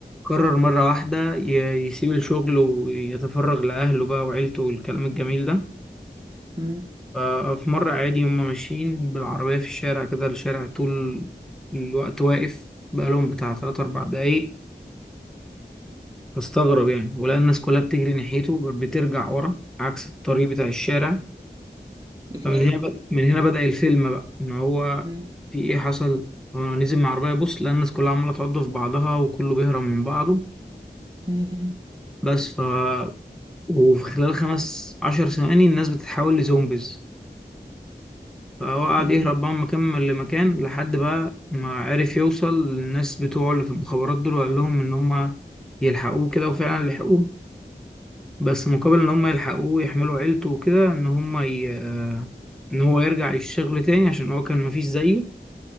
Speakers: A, in the centre; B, on the right.
A: قرر مره واحده ي- يسيب الشغل ويتفرغ لاهله بقى وعيلته والكلام الجميل ده
B: مم.
A: ففي مرة عادي هما ماشيين بالعربية في الشارع كده الشارع طول الوقت واقف بقالهم بتاع تلات أربع دقايق فاستغرب يعني ولقى الناس كلها بتجري ناحيته بت- بترجع ورا عكس الطريق بتاع الشارع
B: يا سلام
A: فمن هنا بد... من هنا بدأ الفيلم بقى إن هو
B: مم.
A: في إيه حصل هو نزل من العربية يبص لقى الناس كلها عمالة تعض في بعضها وكله بيهرب من بعضه
B: مم.
A: بس ف وفي خلال خمس عشر ثواني الناس بتتحول لزومبيز فهو قعد
B: مم.
A: يهرب بقى من مكان لمكان لحد بقى ما عرف يوصل للناس بتوعه اللي في المخابرات دول وقال لهم إن هما يلحقوه كده وفعلا لحقوه بس مقابل إن هما يلحقوه يحملوا عيلته وكده إن هما ي... آه، إن هو يرجع للشغل تاني عشان هو كان مفيش زيه